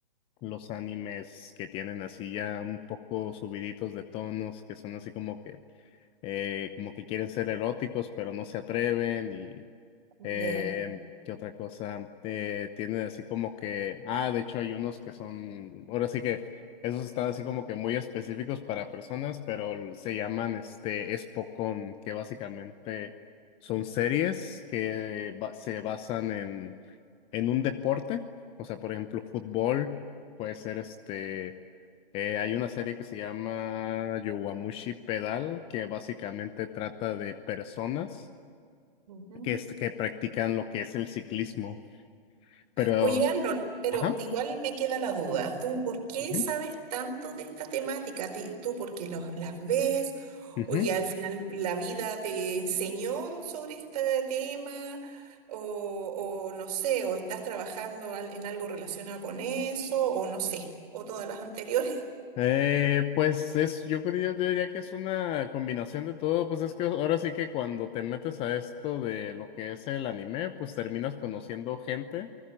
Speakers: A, on the left; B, on the right.
A: los animes que tienen así ya un poco subiditos de tonos, que son así como que eh, como que quieren ser eróticos, pero no se atreven y
B: ya.
A: eh, ¿qué otra cosa? Eh, tienen así como que, ah, de hecho hay unos que son, ahora sí que esos están así como que muy específicos para personas, pero l- se llaman este Espocón, que básicamente son series que ba- se basan en en un deporte, o sea, por ejemplo, fútbol, puede ser este. Eh, hay una serie que se llama Yowamushi Pedal, que básicamente trata de personas
B: Ujú.
A: que, es- que practican lo que es el ciclismo. Pero,
B: Oye, Arnold, pero
A: ajá.
B: igual me queda la duda. ¿Tú por qué
A: ujú,
B: sabes tanto de esta temática? Ti- ¿Tú porque los- las ves?
A: ujú.
B: Oye, al final la vida te enseñó sobre este tema, o, o no sé, o estás trabajando al- en algo relacionado con eso, o no sé, o todas las anteriores.
A: Eh, pues es, yo creo, yo diría que es una combinación de todo. Pues es que ahora sí que cuando te metes a esto de lo que es el anime, pues terminas conociendo gente.